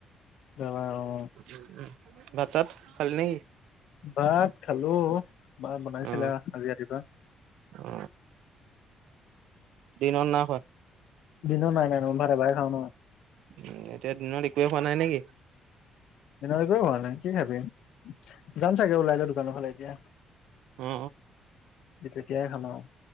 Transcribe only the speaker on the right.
উ ভাত চাত খালি নেকি?
অ
অ দিনত নাই খোৱা
উ এতিয়া দিনত একোৱে খোৱা নাই নেকি?
উ